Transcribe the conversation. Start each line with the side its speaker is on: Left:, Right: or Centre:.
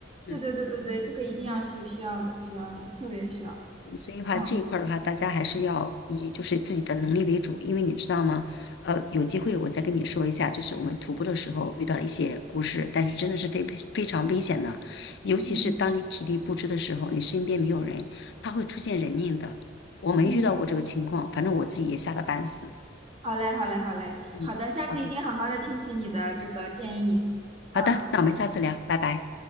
Left: 嗯。
Right: 对对对对对，这个一定要需需要的，需要的，特别需要。
Left: 所以的话，
Right: 嗯
Left: 这一块儿的话，大家还是要以就是自己的能力为主，因为你知道吗？呃，有机会我再跟你说一下，就是我们徒步的时候遇到了一些故事，但是真的是非非常危险的，尤其是当你体力不支的时候，
Right: 嗯
Left: 你身边没有人，它会出现人命的。我没遇到过这个情况，
Right: 嗯，
Left: 反正我自己也吓得半死。
Right: 好嘞，好嘞，好嘞，
Left: 嗯，
Right: 好的，下次一定好好的听取你的这个建议。
Left: 好的，好的，
Right: 嗯。
Left: 那我们下次聊，拜拜。